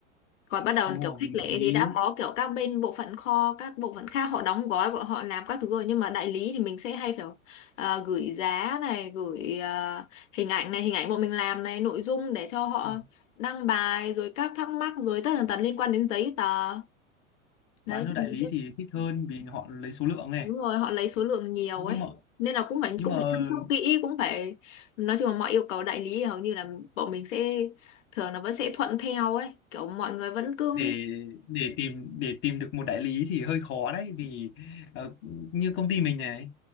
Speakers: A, on the left; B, on the left.
A: còn bắt đầu
B: đúng
A: kiểu
B: rồi
A: khách
B: vì đại
A: lẻ
B: lý
A: thì đã có kiểu các bên bộ phận kho các bộ phận khác họ đóng gói bọn họ làm các thứ rồi nhưng mà đại lý thì mình sẽ hay phải ờ, gửi giá này gửi ờ, hình ảnh này hình ảnh bọn mình làm này nội dung để cho họ
B: ừ,
A: đăng bài rồi các thắc mắc rồi tất tần tật liên quan đến giấy tờ đấy
B: bán cho
A: thì
B: đại
A: mình
B: lý
A: sẽ
B: thì thích hơn vì họ lấy số lượng này
A: đúng rồi họ lấy số lượng nhiều
B: nhưng
A: ấy
B: mà
A: nên là cũng phải
B: nhưng
A: cũng
B: mà
A: phải chăm sóc kỹ cũng phải nói chung là mọi yêu cầu đại lý hầu như là bọn mình sẽ thường là vẫn sẽ thuận theo ấy kiểu mọi người vẫn cứ
B: để để tìm để tìm được một đại lý thì hơi khó đấy vì ờ, như công ty mình này